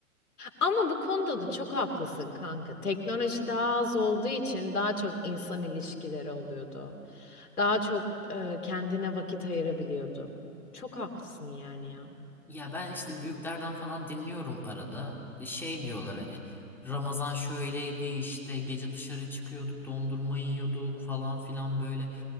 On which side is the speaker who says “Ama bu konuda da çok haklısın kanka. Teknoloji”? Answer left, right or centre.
Left